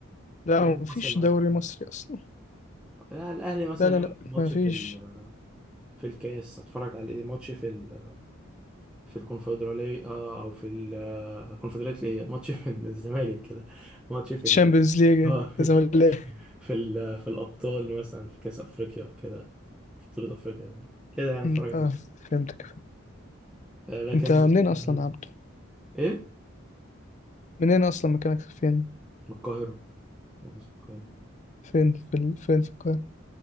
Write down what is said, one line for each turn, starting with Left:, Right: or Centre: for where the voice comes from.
Left: لا
Centre: المصري
Left: مفيش
Centre: ما
Left: دوري
Centre: عادش بحبه.
Left: مصري اصلا
Centre: يعني الاهلي مثلا
Left: لا لا
Centre: يلعب
Left: لا
Centre: ماتش
Left: مفيش
Centre: في ال- في الكاس اتفرج عليه ماتش في ال- في الكونفدراليه آه، او في الكونفدراليه ايه ماتش في الزمالك كده ماتش في
Left: الشامبيونز
Centre: ال...
Left: ليج إيه؟
Centre: اه
Left: لازم الاقي
Centre: في ال... في الابطال مثلا في كاس افريقيا كده في بطوله افريقيا كده يعني اتفرج
Left: أمم،
Centre: عليه
Left: اه فهمتك
Centre: آه، لكن
Left: انت منين اصلا
Centre: آه،
Left: يا عبده
Centre: ايه
Left: منين اصلا مكانك فين
Centre: من القاهره مصر القاهره
Left: فين في ال... فين في القاهره